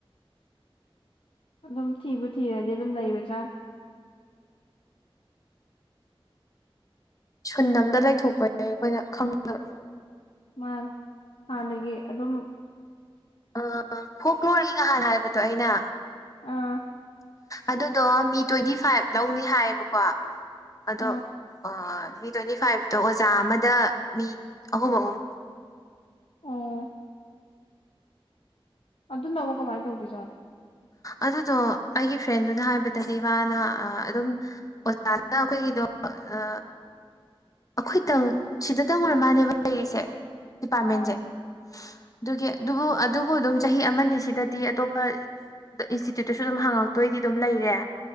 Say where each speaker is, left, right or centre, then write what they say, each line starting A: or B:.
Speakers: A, on the left; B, on the left.
A: ꯑꯗꯨꯝ ꯊꯤꯕꯨ ꯊꯤꯔꯗꯤ ꯑꯗꯨꯝ ꯂꯩꯕꯖꯥꯠꯅꯤ
B: ꯁꯨꯟ ꯑꯝꯗ ꯂꯩꯊꯣꯛꯄ ꯅꯦ ꯑꯩꯈꯣꯏꯅ ꯈꯪꯗꯕ
A: ꯃꯥꯅꯦ ꯍꯥꯟꯅꯒꯤ ꯑꯗꯨꯝ
B: ꯑꯥ ꯐꯣꯛꯂꯣꯔꯒꯤꯒ ꯅꯍꯥꯟ ꯍꯥꯏꯕꯗꯣ ꯑꯩꯅ
A: ꯑꯥ
B: ꯑꯗꯨꯗꯣ ꯃꯤ ꯇ꯭ꯋꯦꯟꯇꯤ ꯐꯥꯏꯚ ꯂꯧꯅꯤ ꯍꯥꯏꯌꯦꯕꯀꯣ ꯑꯗꯣ
A: ꯑꯥ
B: ꯑꯥ ꯃꯤ ꯇ꯭ꯋꯦꯟꯇꯤ ꯐꯥꯏꯚ ꯇꯣ ꯑꯣꯖꯥ ꯑꯃꯗ ꯃꯤ ꯑꯍꯨꯝ ꯑꯍꯨꯝ
A: ꯑꯣ ꯑꯗꯨꯅꯥ ꯑꯃꯨꯛ ꯀꯃꯥꯏ ꯇꯧꯗꯣꯏꯖꯥꯠꯅꯣ
B: ꯑꯗꯨꯗꯣ ꯑꯩꯒꯤ ꯐ꯭ꯔꯦꯟꯗꯨꯅ ꯍꯥꯏꯕꯗꯗꯤ ꯃꯥꯅ ꯑꯥ ꯑꯗꯨꯝ ꯑꯣꯖꯥꯅ ꯑꯩꯈꯣꯏꯒꯤꯗꯣ ꯑꯥ ꯑꯩꯈꯣꯏꯇꯪ ꯁꯤꯗꯇꯪ ꯑꯣꯏꯔ ꯃꯥꯜꯂꯦꯕ ꯂꯩꯔꯤꯁꯦ ꯗꯤꯄꯥ꯭ꯔ꯭ꯠꯃꯦꯟꯖꯦ
A: ꯑꯥ
B: ꯑꯗꯨꯒꯤ ꯑꯗꯨꯕꯨ ꯑꯗꯨꯕꯨ ꯑꯗꯨꯝ ꯆꯍꯤ ꯑꯃꯅꯤ ꯁꯤꯗꯗꯤ ꯑꯇꯣꯞꯄ ꯏꯟꯁꯇꯤꯇ꯭ꯌꯨꯠꯇꯁꯨ ꯑꯗꯨꯝ ꯍꯪꯉꯛꯇꯣꯏꯗꯤ ꯑꯗꯨꯝ ꯂꯩꯔꯦ